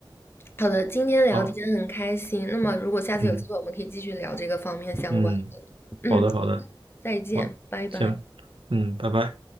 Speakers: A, on the left; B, on the right.
A: 好的，今天聊天很开心，
B: 好，
A: 那么如果下次有机会，
B: 嗯
A: 我们可以继续聊这个方面相关。
B: 嗯，
A: 嗯，
B: 好的好的，
A: 再见，
B: 好，
A: 拜拜。
B: 行，嗯，拜拜。